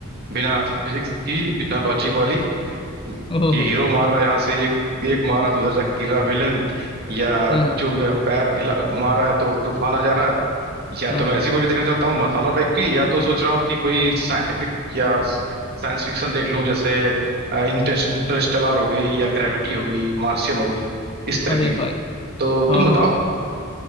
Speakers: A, on the right (about 45°); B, on the left (about 25°).
A: बिना फिजिक्स की बिना लॉजिक वाली कि
B: ओहो हो
A: हीरो मार रहा है यहाँ से एक एक मार रहा तो उधर जाके गिर रहा विलेन या
B: हाँ
A: जो भी है, पैर हिला घुमा रहा है तो तूफान आ जा रहा है या
B: हाँ
A: तो मैं
B: हाँ।
A: ऐसी मूवी देखना चाहता हूँ मसाला टाइप की या तो सोच रहा हूँ कि कोई साइंटिफिक या साइंस फिक्शन देख लूँ जैसे इंटरेस्ट इंटरस्टेलर हो गई या ग्रेविटी हो गई मार्शियन हो गई इस तरीके
B: अरे भाई
A: की तो
B: हाँ
A: तुम बताओ
B: हाँ हाँ।